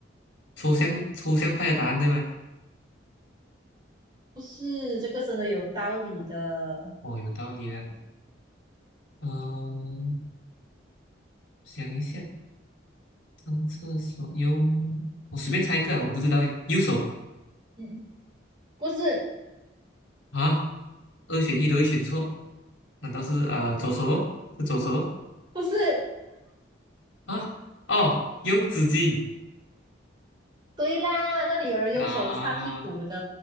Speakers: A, on the left (about 80°); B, on the right (about 20°).
A: 抽象抽象派的答案对吗？
B: <laughs> 不是，这个真的有道理的。
A: 哦，有道理的。嗯、想一下，上厕所用，我随便猜一个啊，我不知道诶。右手
B: 嗯，嗯不是
A: 啊，二选一都会选错，难道是啊、呃左手哦是左手哦
B: 不是，
A: 啊？哦，用纸巾
B: 对啦，那里有人用手擦屁股的
A: 啊？